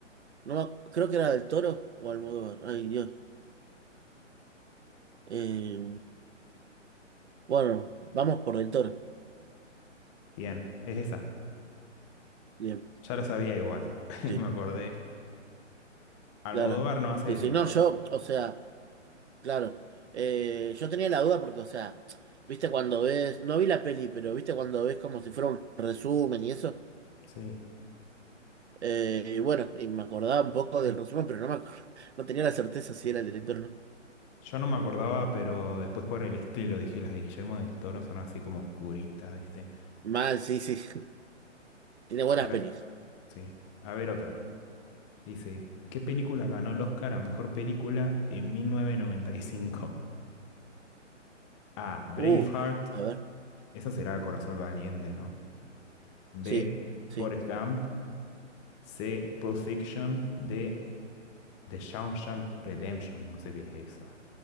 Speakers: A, on the right; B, on the left.
A: No, me- creo que era Del Toro o Almodóvar. Ay, Dios. Eh, bueno, vamos por Del Toro.
B: bien. Es esa.
A: Bien,
B: Ya la sabía igual. <laughs>
A: sí,
B: Me acordé. Almodóvar
A: claro.
B: no hace
A: Sí,
B: de
A: sí,
B: terror.
A: no, yo, o sea. Claro, Eh, yo tenía la duda porque, o sea, viste cuando ves, no vi la peli, pero viste cuando ves como si fuera un resumen y eso,
B: Sí.
A: Eh, y bueno, y me acordaba un poco del resumen, pero no me acuerdo, <laughs> no tenía la certeza si era el director o no.
B: Yo no me acordaba, pero después por el estilo dije, las de Guillermo del Toro son así como oscuritas, ¿viste?
A: Mal, sí, sí, <laughs> tiene buenas
B: A ver,
A: pelis.
B: sí. A ver otra. Dice, ¿qué película ganó el Oscar a mejor película en 1995? A. Braveheart.
A: Uh, a ver,
B: Esa será Corazón Valiente, ¿no? B.
A: sí,
B: Forrest
A: sí,
B: Gump. C. Pulp Fiction. D. The Shawshank Redemption. No sé qué es esa.